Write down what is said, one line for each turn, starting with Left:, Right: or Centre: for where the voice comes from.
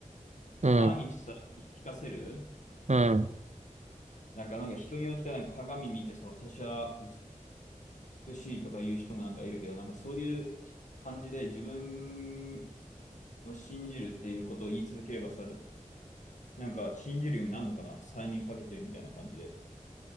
Right: うん、
Left: 毎日さ、言い聞かせる。
Right: うん。
Left: なんか、なんか人によってはなんか鏡見てさ、私は美しいとか言う人もなんかいるけど、なんかそういう感じで自分を信じるっていうことを言い続ければさ、なんか信じるようになるのかな催眠かけてるみたいな感じで。